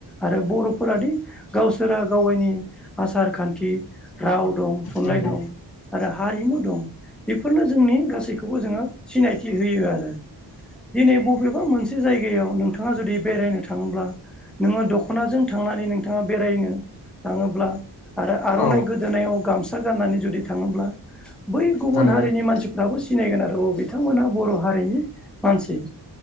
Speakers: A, in the centre; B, on the left (about 65°).
A: आरो बर'फोरादि गावसोरा गावाइनि आसार खान्थि राव दं थुनलाइ
B: नंगौ
A: दं आरो हारिमु दं बेफोरनो जोंनि गासैखौबो जोङो सिनायथि होयो आरो। दिनै बबेबा मोनसे जायगायाव नोंथाङा जुदि बेरायनो थाङोब्ला नोङो दख'नाजों थांनानै नोंथाङा बेरायनो लााङोब्ला आरो आर'नाइ
B: औ
A: गोदोनायाव गामसा गाननानै जुदि थाङोब्ला बै गुबुन
B: नंगौ
A: हारिनि
B: नोंथां नंगौ
A: मानसि दाबो सिनायगोन आरो औ बिथांमोनहा बर' हारिनि मानसि।